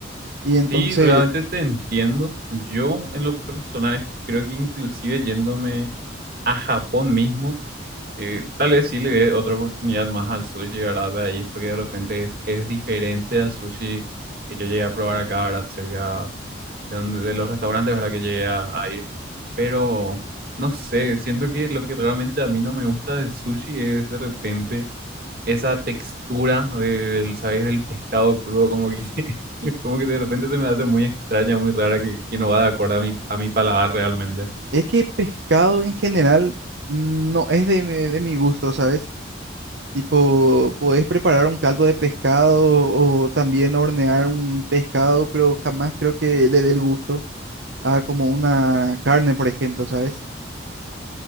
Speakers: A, on the right; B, on the right.
A: Y entonces...
B: Sí, realmente te entiendo. Yo en lo personal creo que inclusive yéndome a Japón mismo, eh, tal vez sí le dé otra oportunidad más al sushi, ¿verdad? De ahí, porque de repente es, es diferente al sushi que yo llegué a probar acá, ¿verdad? Cerca de, donde, de los restaurantes, ¿verdad? Que llegué a, a ir. Pero no sé, siento que lo que realmente a mí no me gusta del sushi es de repente esa textura del, ¿sabes? Del pescado crudo, como que, <laughs> como que de repente se me hace muy extraña, muy rara, que, que no va de acuerdo a mi, a mi paladar realmente.
A: Es que pescado en general no es de, mi de mi gusto, ¿sabes? Tipo, podés preparar un caldo de pescado o también hornear un pescado, pero jamás creo que le dé el gusto a como una carne, por ejemplo, ¿sabes?